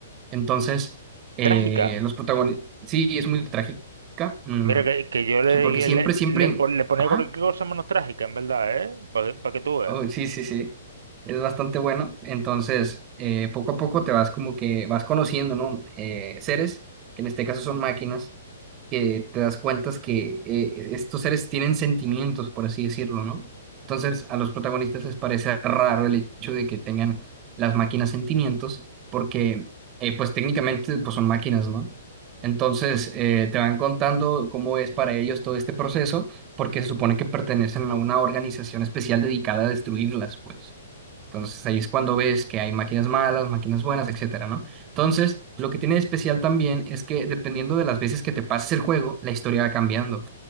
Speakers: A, on the right; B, on the right.
A: Entonces, eh,
B: Trágica.
A: los protagonistas, sí, es muy trágica, mm,
B: Mira que, que yo le,
A: porque siempre,
B: le,
A: siempre,
B: le, pon- le ponía
A: ajá.
B: cualquier cosa menos trágica, en verdad, ¿eh? Para que, pa' que tú veas.
A: Oh, sí, sí, sí. Es bastante bueno. Entonces, eh, poco a poco te vas como que vas conociendo, ¿no? Eh, seres, que en este caso son máquinas, que te das cuenta que eh, estos seres tienen sentimientos, por así decirlo, ¿no? Entonces, a los protagonistas les parece raro el hecho de que tengan las máquinas sentimientos, porque, eh, pues técnicamente, pues son máquinas, ¿no? Entonces, eh, te van contando cómo es para ellos todo este proceso porque se supone que pertenecen a una organización especial dedicada a destruirlas, pues. Entonces ahí es cuando ves que hay máquinas malas, máquinas buenas, etcétera, ¿no? Entonces, lo que tiene de especial también es que dependiendo de las veces que te pases el juego, la historia va cambiando.